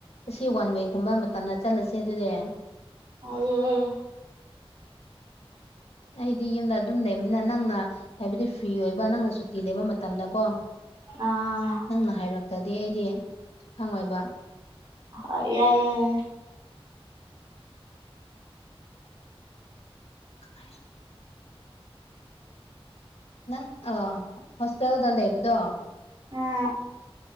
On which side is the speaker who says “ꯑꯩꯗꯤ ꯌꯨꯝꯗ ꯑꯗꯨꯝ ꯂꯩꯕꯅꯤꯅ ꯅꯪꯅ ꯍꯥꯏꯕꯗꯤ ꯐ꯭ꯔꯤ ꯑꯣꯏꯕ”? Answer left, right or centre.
Left